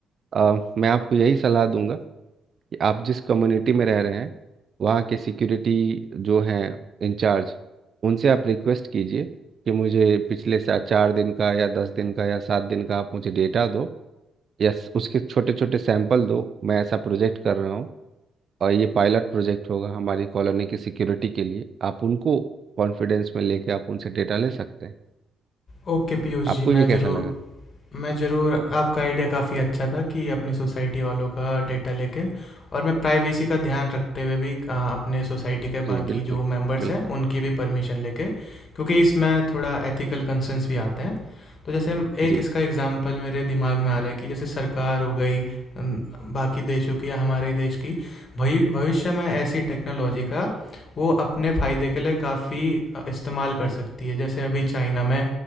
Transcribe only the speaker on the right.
अ, मैं आपको यही सलाह दूंगा आप जिस कम्युनिटी में रह रहे हैं वहाँ के सिक्योरिटी जो हैं इंचार्ज उनसे आप रिक्वेस्ट कीजिए कि मुझे पिछले सा चार दिन का या दस दिन का या सात दिन का आप मुझे डेटा दो या स- उसके छोटे छोटे सैंपल दो मैं ऐसा प्रोजेक्ट कर रहा हूँ और ये पायलट प्रोजेक्ट होगा हमारी कॉलोनी की सिक्योरिटी के लिए आप उनको कॉन्फिडेंस में लेके आप उनसे डेटा ले सकते हैं
आपको
ये कैसा
लगा
जी
बिल्कुल
बिल्कुल
जी